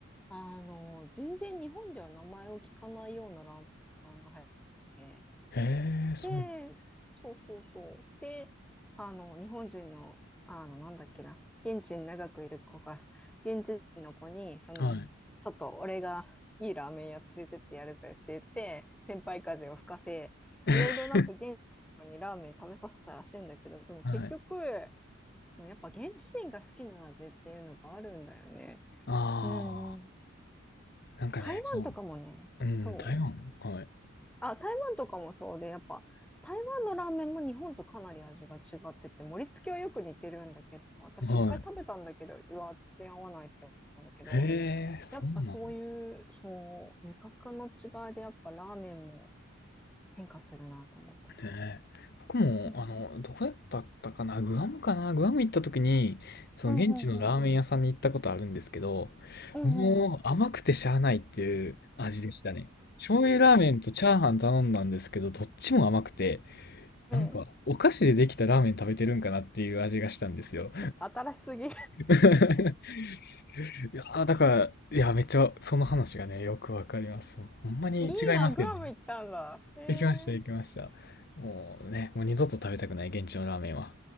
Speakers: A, in the centre; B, on the left (about 50°).
A: あの、全然日本では名前を聞かないようなラーメン屋さんが流行ってて
B: へえ、そう。
A: で、そうそうそう。で、あの、日本人の、あの、なんだっけな、現地に長くいる子が、現地人の子に、その、
B: はい。
A: ちょっと俺がいいラーメン屋連れてってやるぜって言って、先輩風を吹かせ、
B: <laughs>
A: いろいろなんか現地の子にラーメン食べさせたらしいんだけど、でも結局、
B: はい。
A: そのやっぱ現地人が好きな味っていうのがあるんだよね。
B: あ
A: うんうん。
B: あ、なんかね、
A: 台湾とかもね、
B: そううん、
A: そう
B: 台湾はい。
A: あ、台湾とかもそうで、やっぱ台湾のラーメンも日本とかなり味が違ってて、盛り付けはよく似てるんだけど、私一回食べたんだけど、
B: はい。
A: うわ、全然合わないって思ったんだけど、
B: へえ、そうなんだ
A: やっぱそういう、そう、味覚の違いでやっぱラーメンも変化するなと思ったな。
B: ね。僕も、
A: うん。
B: あの、どこだったかなグアムかなグアム行った時に、その現地のラーメン屋さんに行ったことあるんですけど、
A: うんうんうん。うんうんうん。
B: もう甘くてしゃあないっていう味でしたね。醤油ラーメンとチャーハン頼んだんですけど、どっちも甘くて、
A: うん。
B: なんか、お菓子でできたラーメン食べてるんかなっていう味がしたんですよ。
A: 新しすぎ。
B: <laughs> いやー、だから、いや、めっちゃ、その話がね、よくわかります。ほんまに違いますよね。
A: <laughs> いいな、グアム行ったんだ。へえ。
B: 行きました、行きました。もうね、もう二度と食べたくない、現地のラーメンは。